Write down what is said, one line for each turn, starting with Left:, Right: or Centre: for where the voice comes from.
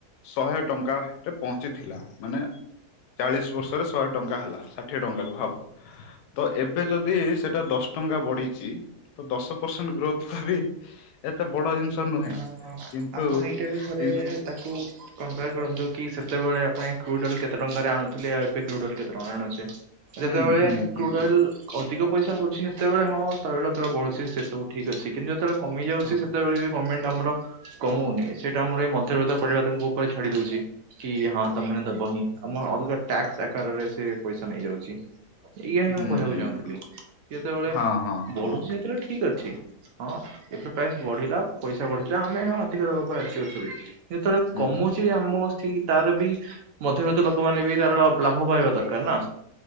Left: ଶହେ ଟଙ୍କା ରେ ପହଞ୍ଚିଥିଲା। ମାନେ ଚାଳିଶ୍ ବର୍ଷରେ ଶହେ ଟଙ୍କା ହେଲା ଷାଠିଏ ଟଙ୍କା ରୁ ଭାବ ତ ଏବେ ଯଦି ସେଟା ଦଶ ଟଙ୍କା ବଢିଚି ତ ଦଶ ପରସେଣ୍ଟ୍ ଗ୍ରୋଥ୍ ଭାବି ଏତେ ବଡ ଜିନିଷ ନୁହେଁ
Right: ଅଁ,
Left: କିନ୍ତୁ,
Right: ଆପଣ ଏଇଟା ବି ଥରେ
Left: କିନ୍ତୁ
Right: ତାକୁ କମ୍ପେୟାର କରନ୍ତୁ କି ସେତେବେଳେ ଆପଣ କୁଣ୍ଟାଲ୍ କେତେ ଟଙ୍କାରେ ଆଣୁଥିଲେ ଆଉ ଏବେ କ୍ରୁଡାଲ କେତେ ଟଙ୍କା ଆଣୁଚି ଯେତେବେଳେ
Left: ହୁଁ ହୁଁ ହୁଁ
Right: କ୍ରୁଡଲ୍
Left: ହୁଁ
Right: ଅଧିକ ପଇସା ହଉଚି ସେତେବେଳେ ହଁ ତୈଳ ଦର ବଢୁଚି ସେ ସବୁ ଠିକ୍ ଅଛି କିନ୍ତୁ ଯେତେବେଳେ କମି ଯାଉଚି
Left: ହଁ
Right: ସେତେବେଳେ ବି ଗମେଣ୍ଟ୍ ଆମର କମଉନି ସେଇଟା ଆମର ଏଇ ମଧ୍ୟବିତ୍ତ ପରିବାରେ ଉପରେ ଛାଡି ଦଉଚି। କି ହଁ ତମ୍ ମାନେ ଦବ ହିଁ ଆମ ଅଲଗା ଟାକ୍ସ୍ ଆକାରରେ ସେ ପଇସା ନେଇଯାଉଚି। ଇୟା ହିଁ
Left: ହୁଁ
Right: ମୁଁ କହିବାକୁ
Left: ହୁଁ
Right: ଚାହୁଁଥିଲି
Left: ହୁଁ।
Right: ଯେତେବେଳେ
Left: ହଁ ହଁ
Right: ବଢୁଚି
Left: ହଁ
Right: ସେତେବେଳେ ଠିକ୍ ଅଛି। ହଁ ଏବେ ପ୍ରାଇସ୍ ବଢିଲା ପଇସା ବଢିଲା ଆମେ ହଁ ଅଧିକା ଦେବାକୁ ରାଜି ଅଛୁ ବି। ଯେତେବେଳେ
Left: ହୁଁ
Right: କମୁଚି
Left: ହୁଁ
Right: ଆମ ବସିକି ତାର ବି ମଧ୍ୟବିତ୍ତ ଲୋକମାନେ ବି ତାର ଲାଭ ପାଇବା ଦରକାର୍ ନା।